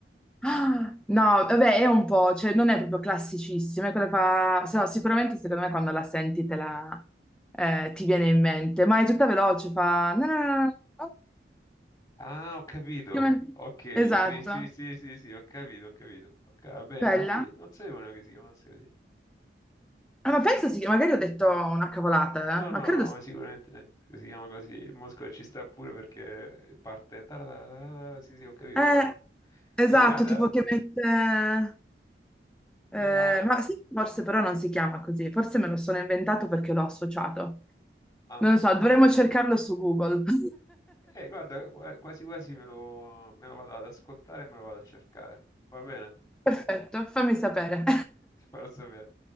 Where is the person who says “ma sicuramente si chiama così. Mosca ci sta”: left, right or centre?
Left